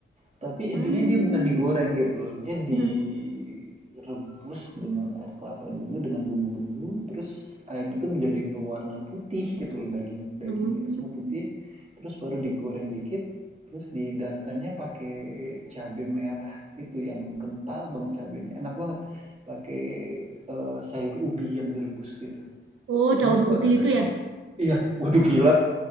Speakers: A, on the right; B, on the right.
A: Tapi intinya
B: hmm,
A: dia bukan digoreng gitu loh. Dia direbus
B: hmm,
A: dengan air kelapa dulu dengan bumbu-bumbu, terus ayam itu menjadi berwarna putih gitu loh, daging-dagingnya
B: hmm.
A: itu semua putih. Terus baru digoreng dikit, terus dihidangkannya pakai cabai merah gitu yang kental banget cabainya Enak banget pakai eh, sayur ubi yang direbus gitu.
B: Oh, daun
A: Pernah coba
B: ubi
A: nggak Dani?
B: itu ya.
A: Iya, waduh gila.